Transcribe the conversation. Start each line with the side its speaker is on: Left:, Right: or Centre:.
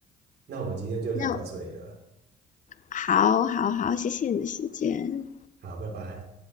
Right: 那我们今天就聊到这里了，
Left: 那好，好，好，谢谢你的时间。
Right: 好，拜拜。